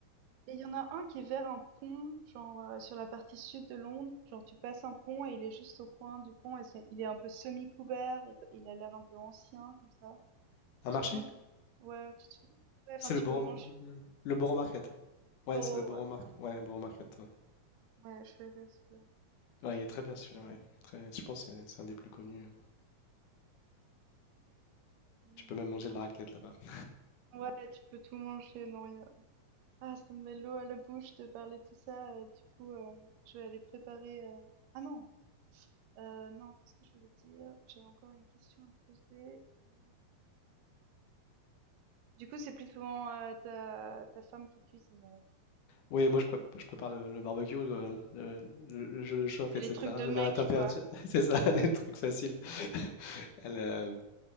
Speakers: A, on the right; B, on the left.
A: et il y en a un qui est vers un pont, genre euh, sur la partie sud de Londres. Genre, tu passes un pont et il est juste au coin du pont et c'est- il est un peu semi-couvert. Il a l'air un peu ancien comme ça. Tu
B: Un
A: te
B: marché?
A: souviens comme... Ouais, tu te souviens. Ouais, enfin,
B: C'est
A: tu
B: le Borough,
A: peux manger.
B: le Borough Market.
A: Boro,
B: Ouais, c'est le Borough
A: ouais,
B: Market.
A: voilà.
B: Ouais, Borough Market.
A: Ouais, je suis allée à celui-là.
B: Ouais, il est très bien celui-là, ouais. Très, je pense que c'est c'est un des plus connus.
A: Mm.
B: Tu peux même manger
A: Ah,
B: de la raclette là-bas. <laughs>
A: ouais, tu peux tout manger, non, y a- Ah, ça me met l'eau à la bouche de parler de tout ça. euh, du coup, euh, je vais aller préparer. euh, Ah non, euh, non, qu'est-ce que je voulais dire? J'avais encore une question à te poser. euh, Du coup, c'est plus souvent euh, ta, ta femme qui cuisine alors.
B: Oui, moi je, prép- je prépare le, le barbecue, euh, le- le- je le chauffe,
A: Tu fais
B: etc.
A: les trucs de
B: Je
A: mec,
B: le mets à la température.
A: quoi.
B: <laughs> C'est ça, <laughs> les trucs faciles. <laughs> Elle, euh,